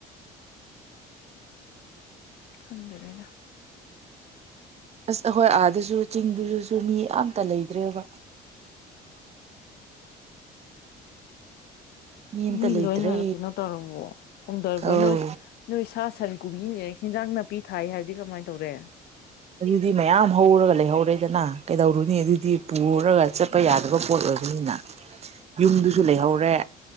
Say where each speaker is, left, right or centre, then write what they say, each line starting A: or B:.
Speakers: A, on the left (about 75°); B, on the right (about 40°).
A: ꯍꯗꯔꯦꯅ
B: ꯑꯁ ꯑꯩꯈꯣꯏ ꯑꯥꯗꯨꯁꯨ ꯆꯤꯡꯗꯨꯗꯁꯨ ꯃꯤ ꯑꯇ ꯂꯩꯇ꯭ꯔꯦꯕ
A: <inaudible>
B: ꯑꯝꯇ
A: ꯃꯤ
B: ꯂꯩꯇ꯭ꯔꯦ
A: ꯂꯣꯏꯅ ꯀꯩꯅꯣ ꯇꯧꯔꯝꯃꯣ ꯍꯣꯡꯗꯔꯕꯣ
B: ꯑꯧ
A: ꯅꯣꯏ ꯅꯣꯏ ꯁꯥ ꯁꯔꯤ ꯀꯕꯤꯨꯦ ꯍꯤꯟꯖꯥꯡ ꯅꯥꯄꯤ ꯊꯥꯏ ꯍꯥꯏꯔꯗꯤ ꯀꯃꯥꯏ ꯇꯧꯔꯦ
B: ꯑꯗꯨꯗꯤ ꯃꯌꯥꯝ ꯍꯧꯔꯒ ꯂꯩꯍꯧꯔꯦꯗꯅ ꯀꯩꯗꯧꯔꯨꯅꯤ ꯑꯗꯨꯗꯤ ꯄꯨꯔꯒ ꯆꯠꯄ ꯌꯥꯗꯕ ꯄꯣꯠ ꯑꯣꯏꯕꯅꯤꯅ ꯌꯨꯝꯗꯨꯁꯨ ꯂꯩꯍꯧꯔꯦ